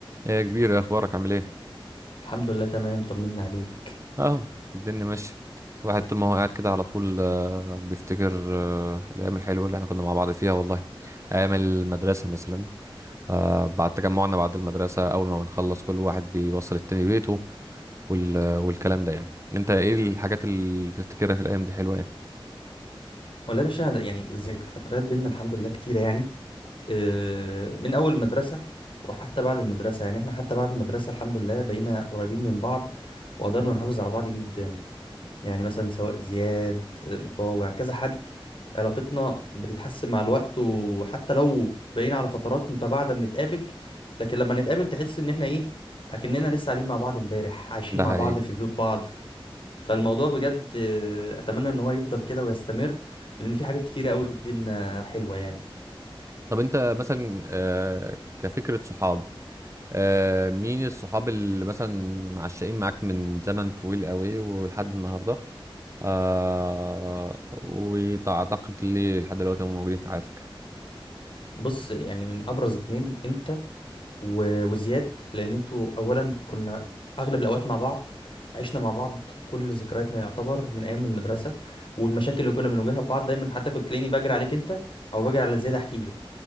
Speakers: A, on the right; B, on the left.
A: ايه يا كبير يا اخبارك عامل ايه
B: الحمد لله تمام طمنا عليك
A: اهو الدنيا ماشيه الواحد طول ما هو قاعد كده على طول آه، بيفتكر آه، الايام الحلوه اللي احنا كنا مع بعض فيها والله ايام المدرسه مثلا آه، بعد تجمعنا بعد المدرسه اول ما بنخلص كل واحد بيوصل التاني بيته وال- والكلام ده يعني انت ايه الحاجات اللي بتفتكرها في الايام دي حلوه يعني
B: والله يا باشا أنا- يعني الذكريات بينا الحمد لله كتيرة يعني آه، من أول المدرسة وحتى بعد المدرسة يعني احنا حتى بعد المدرسة الحمد لله بقينا قريبين من بعض وقدرنا نحافظ على بعض جدا يعني مثلا سواء زياد آه، مطاوع كذا حد علاقتنا بتتحسن مع الوقت وحتى لو بقينا على فترات متباعدة بنتقابل لكن لما نتقابل تحس إن احنا إيه أكننا لسه قاعدين مع بعض امبارح عايشين
A: ده
B: مع
A: حقيقي
B: بعض في بيوت بعض فالموضوع بجد آه، اتمنى ان هو يفضل كده ويستمر لان في حاجات كتيره قوي بينا حلوه يعني
A: طب انت مثلا آه، كفكره صحاب آه، مين الصحاب اللي مثلا عشقين معاك من زمن طويل قوي ولحد النهارده آه وأعتقد لي لحد دلوقتي هم موجودين في حياتك
B: بص يعني من ابرز اتنين انت و- وزياد لان انتوا اولا كنا اغلب الاوقات مع بعض عشنا مع بعض كل ذكرياتنا يعتبر من ايام المدرسه والمشاكل اللي كنا بنواجهها في بعض دايما حتى كنت تلاقيني بجري عليك انت او بجري على زياد احكي له